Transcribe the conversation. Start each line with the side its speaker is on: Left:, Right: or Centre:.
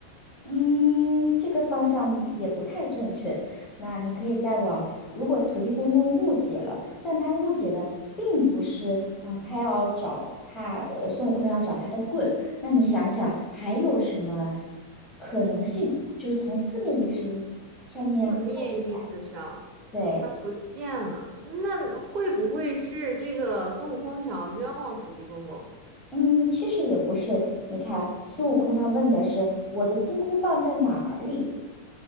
Left: 嗯，这个方向嗯也不太正确。那你可以再往，如果土地公公误解了，但他误解的并不是啊、他要找他，呃，孙悟空要找他的棍。那你想想，还有什么可能性？就是从字面意思上面看一看，
Right: 字面意思上，
Left: 对。
Right: 他不见了，那会不会是这个孙悟空想要冤枉土地公公？
Left: 嗯，其实也不是。你看，孙悟空他问的是我的金箍棒在哪里？